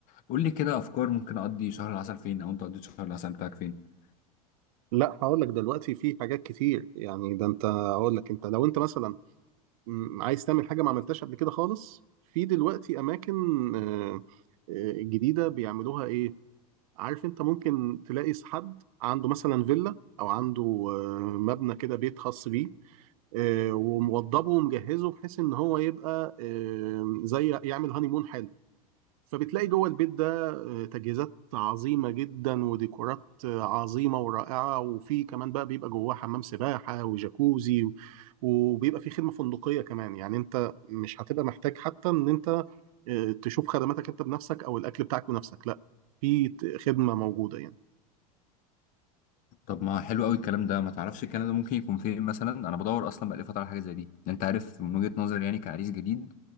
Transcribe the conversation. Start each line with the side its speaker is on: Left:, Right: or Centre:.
Left: قول لي كده أفكار ممكن أقضي شهر العسل فين أو أنت قضيت شهر العسل بتاعك فين؟
Right: لا هقول لك دلوقتي في حاجات كتير يعني ده انت هقول لك انت لو انت مثلا م، عايز تعمل حاجه ما عملتهاش قبل كده خالص في دلوقتي اماكن آه، آه، جديده بيعملوها ايه عارف انت ممكن تلاقي حد عنده مثلا فيلا او عنده آه، مبنى كده بيت خاص بيه آه، وموضبه ومجهزه بحيث ان هو يبقى آه، زي يعمل هانيمون حلو فبتلاقي جوه البيت ده آه، تجهيزات عظيمة جدا وديكورات آه، عظيمة ورائعة وفي كمان بقى بيبقى جواه حمام سباحة وجاكوزي و- وبيبقى في خدمة فندقية كمان يعني انت مش هتبقى محتاج حتى ان انت آه، تشوف خدماتك انت بنفسك او الاكل بتاعك بنفسك لا في ت- خدمة موجودة يعني
Left: طب ما حلو قوي الكلام ده ما تعرفش كندا ممكن يكون فين مثلا انا بدور اصلا بقالي فتره على حاجه زي دي يعني انت عارف من وجهه نظري يعني كعريس جديد